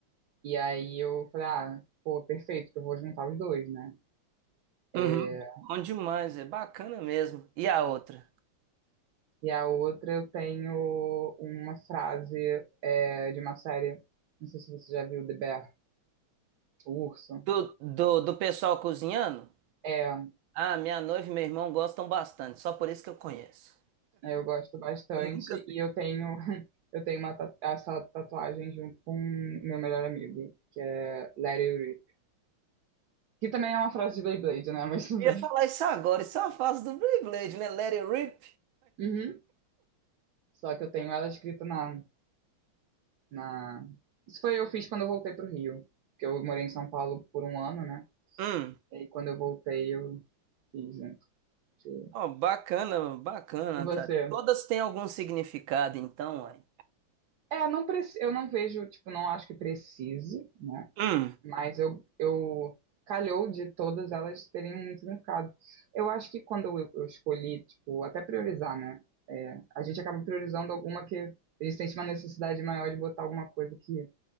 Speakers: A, on the right; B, on the right.
A: E aí eu falei, ah, pô, perfeito, que eu vou juntar os dois, né? É,
B: Uhum. Bom demais, é bacana mesmo. E a outra?
A: e a outra eu tenho uma frase é, de uma série, não sei se você já viu, The Bear, o Urso.
B: Do, do, do pessoal cozinhando?
A: É,
B: Ah, minha noiva e meu irmão gostam bastante, só por isso que eu conheço.
A: eu gosto bastante
B: Eu nunca
A: e eu tenho <laughs> eu tenho uma ta- essa tatuagem junto com meu melhor amigo, que é Let It Rip. Que também é uma frase de Beyblade, né? <laughs> Mas tudo
B: Eu
A: bem.
B: ia falar isso agora, isso é uma fase do Beyblade, né? Let it rip.
A: Uhum. Só que eu tenho ela escrita na na... Isso foi, eu fiz quando eu voltei pro Rio, que eu morei em São Paulo por um ano, né?
B: Hum,
A: E aí, quando eu voltei, eu fiz junto. que-
B: <laughs> ó, bacana, bacana,
A: E você?
B: tá? Todas têm algum significado, então, ué.
A: É, não preci... eu não vejo, tipo, não acho que precise, né?
B: Hum,
A: Mas eu, eu calhou de todas elas terem um significado. Eu acho que quando eu, eu escolhi, tipo, até priorizar, né? É, a gente acaba priorizando alguma que a gente sente uma necessidade maior de botar alguma coisa que,